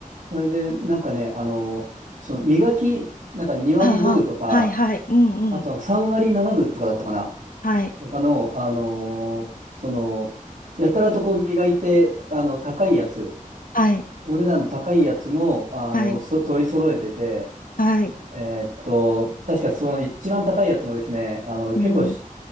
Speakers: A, on the right; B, on the left.
A: それで、なんかね、あの、その磨き、なんか2割5分とか、
B: ああ、はい、はい。うんうん。
A: あとは3割7分とかだったかな、
B: はい、
A: とかの、あのその、やたらとこう磨いて、あの、高いやつ、
B: はい、
A: お値段の高いやつも、あの、
B: はい、
A: そ取り揃えてて、
B: はい。
A: えーっと、確かその一番高いやつもですね、あの、
B: うん、
A: 結構し、